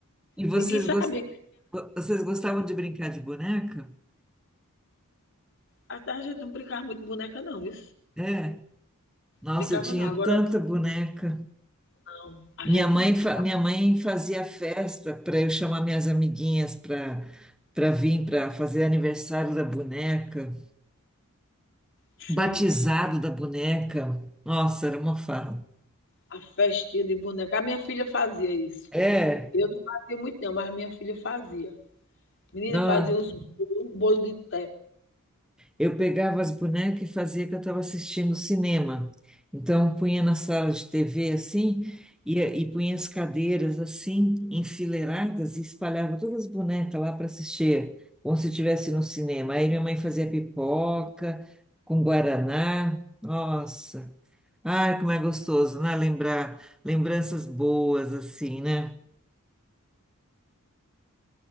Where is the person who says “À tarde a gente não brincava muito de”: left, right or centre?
Left